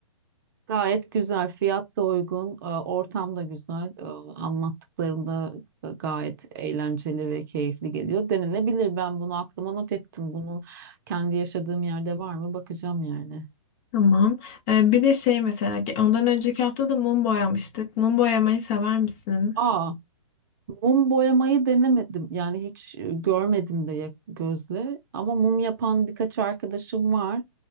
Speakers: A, on the right; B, on the left.
A: Gayet güzel, fiyat da uygun, e, ortam da güzel. E, Anlattıklarında gayet eğlenceli ve keyifli geliyor. Denenebilir. Ben bunu aklıma not ettim. Bunu kendi yaşadığım yerde var mı bakacağım yani.
B: Tamam. E, bir de şey mesela ge- ondan önceki hafta da mum boyamıştık. Mum boyamayı sever misin?
A: Aa, mum boyamayı denemedim. Yani hiç e, görmedim de ya- gözle. Ama mum yapan birkaç arkadaşım var.